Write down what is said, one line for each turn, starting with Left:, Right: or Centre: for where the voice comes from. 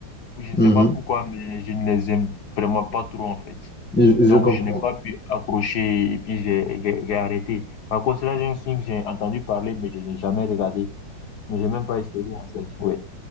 Left: Je ne
Centre: Mhm.
Left: sais pas pourquoi, mais je ne les aime vraiment pas trop en fait.
Centre: Je, je
Left: Donc,
Centre: comprends.
Left: je n'ai pas pu accrocher et puis j'ai j'ai- j'ai arrêté. Par contre, là j'ai Stranger Things, j'ai entendu parler, mais je n'ai jamais regardé. Mais j'ai même pas essayé, en fait. Ouais.